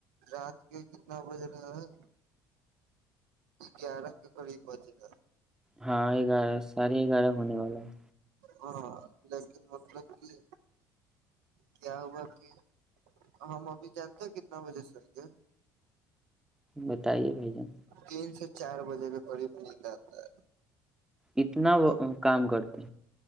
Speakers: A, on the right; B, in the centre.
A: رات کے کتنا بج رہا ہے گیارہ کے قریب بج رہا
B: ہاں گگارہ سارے گگارہ ہونے والا ہے
A: ہاں لیکن مطلب کہ کیا ہوگا کہ ہم ابھی جانتے ہیں کتنا بجے سےئیں گے
B: بتائیے بھائی جان
A: تین سے چار بجے کے قریب نہیں رہ آتا ہے
B: اتنا
A: اب
B: وہ کام کرتے